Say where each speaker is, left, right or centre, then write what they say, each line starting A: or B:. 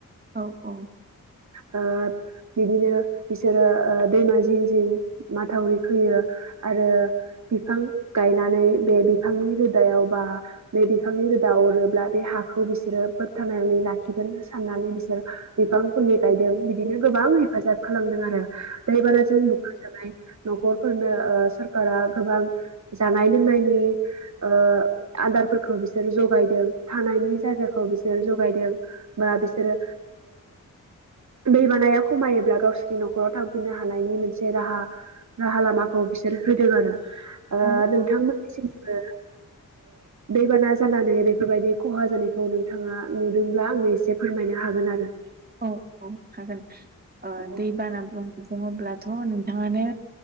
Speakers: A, on the right (about 30°); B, on the right (about 60°).
A: औ औ
B: ओ बिदिनो बिसोरो ओ दैमा जिं जिं माथावरि खोयो आरो बिफां गायनानै बे बिफांनि रोदायाव बा बे बिफांनि दा बे हाखौ बिसोरो बोखथाबनानै लाखिगोन साननानै बिसोर बिफां फुलि गायदों बिदिनो गोबां हेफाजाब खालामदों आरो दैबानाजों बुखार जानाय न'खरफोरनो ओ सोरखारा गोबां जानाय लोंनायनि ओ आदार फोरखौ बिसोरो जगायदों थानायनि जायगाखौ बिसोरो जगायदों बा बिसोरो दैबानाया खमायोब्ला गावसोरनि न'खराव थांफिननो हानायनि मोनसे राहा राहा लामाखौ बिसोरो होदों आरो ओ
A: औ औ
B: नोंथांमोननिसिमबो दैबाना जानानै बेफोरबायदि खहा जानायखौ नोंथाङा नुदोंब्ला आंनो एसे फोरमायनो हागोन आरो
A: औ औ हागोन ओ
B: औ
A: दैबाना बुं बुङोब्लाथ' नोंथाङानो